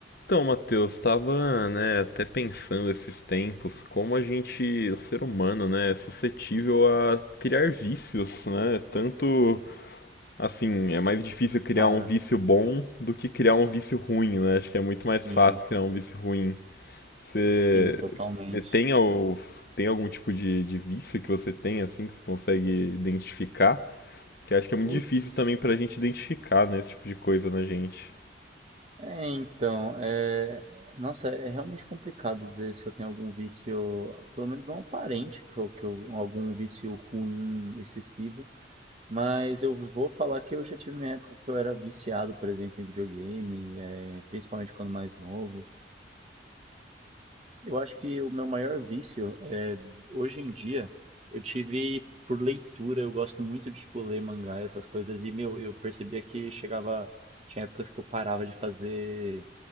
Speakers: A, on the left; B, on the right.
A: Então, Matheus, estava, né, até pensando esses tempos, como a gente, o ser humano, né, é suscetível a criar vícios, né? Tanto assim, é mais difícil criar
B: Cara,
A: um vício bom do que criar um vício ruim, né? Acho que é muito mais
B: sim,
A: fácil criar um vício ruim. Você
B: sim, totalmente.
A: você tem, al- tem algum tipo de, de vício que você tem, assim, que você consegue identificar? Que acho que é muito
B: Putz,
A: difícil também pra gente identificar, né, esse tipo de coisa na gente.
B: é, então, é, nossa, é realmente complicado dizer se eu tenho algum vício, pelo menos não aparente, que eu, que eu, algum vício ruim, excessivo, mas eu vou falar que eu já tive minha época que eu era viciado, por exemplo, em videogame, é, principalmente quando mais novo. Eu acho que o meu maior vício hoje em dia, eu tive por leitura, eu gosto muito de tipo ler mangá, essas coisas e meu, eu percebia que chegava tinha épocas que eu parava de fazer